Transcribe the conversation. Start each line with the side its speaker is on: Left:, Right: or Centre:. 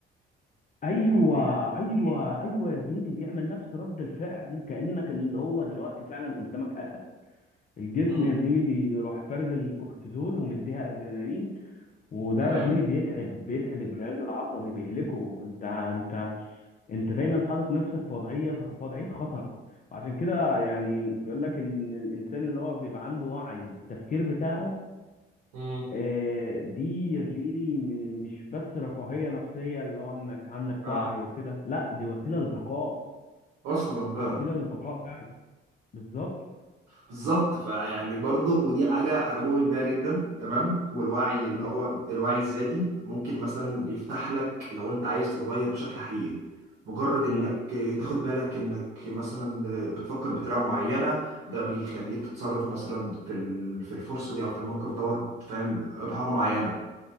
Left: ايوه ايوه ايوه يا زميلي بيعمل نفس رد الفعل كانك اللي هو دلوقتي فعلا قدامك اسد الجسم
Right: امم
Left: يا زميلي بيروح فارز الكورتيزول ومديها ادرينالين وده
Right: تمام
Left: يا زميلي بيتعب بيتعب الجهاز العصبي بيهلكه انت انت انت دايما حاطط نفسك في وضعيه في وضعيه خطر وعشان كده يعني بيقول لك ان الانسان اللي هو بيبقى عنده وعي بالتفكير بتاعه
Right: امم
Left: آه، دي يا زميلي م- مش بس رفاهية نفسية اللي هو انك عندك
Right: اه
Left: وعي وكده لا دي وسيلة للبقاء
Right: اصلا بقى
Left: وسيلة للبقاء فعلا بالظبط
Right: بالظبط فيعني برضه ودي حاجة أنا مؤمن بيها جدا تمام والوعي اللي
Left: م-
Right: هو الوعي الذاتي ممكن مثلا يفتح لك لو أنت عايز تتغير بشكل حقيقي مجرد إنك
Left: م-
Right: تاخد بالك إنك مثلا بتفكر بطريقة معينة ده بيخليك تتصرف مثلا في ال- في الفرصة دي أو في الموقف دوت فاهم بحاجة معينة